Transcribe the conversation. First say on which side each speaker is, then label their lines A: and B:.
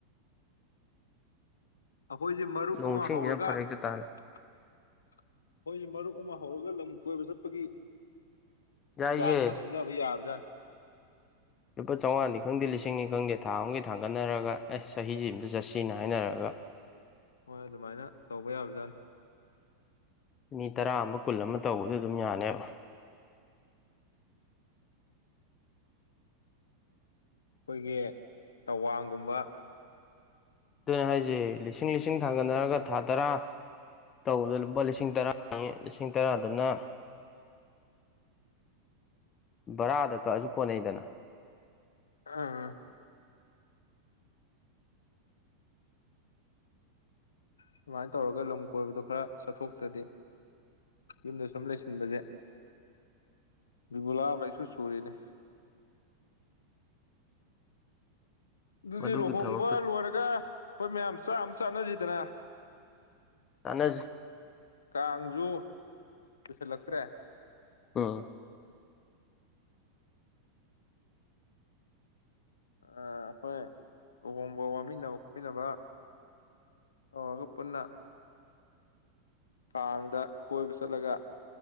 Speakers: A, on the left; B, on the left.
A: ꯑꯩꯈꯣꯏꯁꯦ ꯃꯔꯨꯞ
B: ꯅꯣꯡ
A: ꯑꯃ
B: ꯁꯤꯡꯁꯤꯅ
A: ꯍꯧꯔꯒ
B: ꯐꯔꯛ
A: ꯑꯩꯈꯣꯏꯁ
B: ꯍꯦꯛꯇ ꯇꯥꯔꯦ
A: ꯃꯔꯨꯞ ꯑꯃ ꯍꯧꯔꯒ ꯂꯝ ꯀꯣꯏꯕ ꯆꯠꯄꯒꯤ
B: ꯌꯥꯏꯌꯦ
A: ꯄ꯭ꯂꯥꯟ ꯑꯃ ꯁꯤꯅꯤ ꯌꯥꯕꯖꯥꯠꯅꯤ
B: ꯂꯨꯄꯥ ꯆꯥꯝꯃꯉꯥꯅꯤ ꯈꯪꯗꯦ ꯂꯤꯁꯤꯡꯅꯤ ꯈꯪꯗꯦ ꯊꯥ ꯑꯃꯒꯤ ꯊꯥꯡꯒꯠꯅꯔꯒ ꯑꯦ ꯆꯍꯤꯁꯤ ꯑꯇ ꯆꯠꯁꯤꯅ ꯍꯥꯏꯅꯔꯒ
A: ꯍꯣꯏ ꯑꯗꯨꯃꯥꯏꯅ ꯇꯧꯕ ꯌꯥꯕꯖꯥꯠꯅꯤ
B: ꯃꯤ ꯇꯔꯥ ꯑꯃ ꯀꯨꯜ ꯑꯃ ꯇꯧꯕꯗꯨ ꯑꯗꯨꯝ ꯌꯥꯅꯦꯕ
A: ꯑꯩꯈꯣꯏꯒꯤ ꯇꯧꯋꯥꯡꯒꯨꯝꯕ
B: ꯑꯗꯨꯅ ꯍꯥꯏꯁꯦ ꯂꯤꯁꯤꯡ ꯂꯤꯁꯤꯡ ꯊꯥꯡꯒꯠꯅꯔꯒ ꯊꯥ ꯇꯔꯥ ꯇꯧꯕꯗ ꯂꯨꯄꯥ ꯂꯤꯁꯤꯡ ꯇꯔꯥ ꯂꯤꯁꯤꯡ ꯇꯔꯥꯗꯨꯅ ꯕꯔꯥꯗ ꯀꯛꯑꯁꯨ ꯀꯣꯟꯅꯩꯗꯅ
A: ꯑ ꯁꯨꯃꯥꯏꯅ ꯇꯧꯔꯒ ꯂꯝ ꯀꯣꯏꯕꯗꯣ ꯈꯔ ꯆꯠꯊꯣꯛꯇ꯭ꯔꯗꯤ ꯌꯨꯝꯗ ꯁꯨꯝ ꯂꯩꯁꯤꯟꯕꯁꯦ ꯕꯤꯒꯨꯂꯥ ꯃꯩꯁꯨ ꯆꯨꯔꯤꯅꯦ ꯑꯗꯨꯗꯤ
B: ꯃꯗꯨꯒꯤ
A: ꯂꯨꯍꯣꯡꯕ
B: ꯊꯕꯛꯇꯨ
A: ꯂꯣꯏꯔꯒ ꯑꯩꯈꯣꯏ ꯃꯌꯥꯝ ꯆꯥ ꯑꯃ ꯆꯥꯅꯁꯤꯗꯅ
B: ꯆꯥꯟꯅꯖꯤ
A: ꯀꯥꯡꯖꯨ ꯄꯨꯁꯜꯂꯛꯇ꯭ꯔꯦ
B: ꯎꯝ
A: ꯑꯩꯈꯣꯏ ꯂꯨꯍꯣꯡꯕ ꯋꯥꯃꯤꯟꯅꯕ ꯈꯣꯠꯃꯤꯟꯅꯕ ꯇꯧꯔꯒ ꯄꯨꯟꯅ ꯀꯥꯡꯗ ꯀꯣꯏꯕ ꯆꯠꯂꯒ